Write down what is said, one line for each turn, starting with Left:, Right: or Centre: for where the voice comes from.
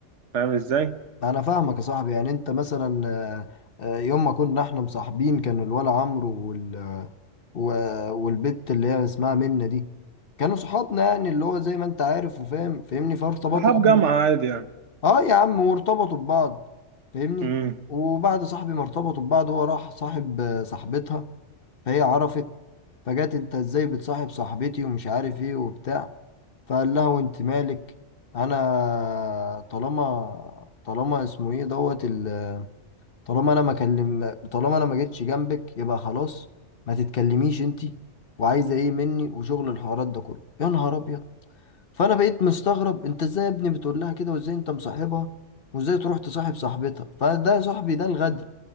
Right: فاهم ازاي
Left: انا فاهمك يا صاحبي يعني انت مثلا آه، آه، يوم ما كنا احنا مصاحبين كان الولا عمرو وال... و- والبت اللي هي اسمها منة دي كانوا صحابنا يعني اللي هو زي ما انت عارف وفاهم فاهمني فارتبطنا
Right: صحاب
Left: احنا
Right: جامعة عادي يعني
Left: اه يا عم وارتبطوا ببعض فاهمني
Right: امم
Left: وبعد صاحبي ما ارتبطوا ببعض هو راح صاحب آه، صاحبتها فهي عرفت فجت انت ازاي بتصاحب صاحبتي ومش عارف ايه وبتاع فقال لها وانت مالك انا طالما طالما اسمه ايه دوت ال طالما انا ما كلم طالما انا ما جيتش جنبك يبقى خلاص ما تتكلميش انتي وعايزه ايه مني وشغل الحوارات ده كله يا نهار ابيض فانا بقيت مستغرب انت ازاي يا ابني بتقول لها كده وازاي انت مصاحبها وازاي تروح تصاحب صاحبتها فده يا صاحبي ده الغدر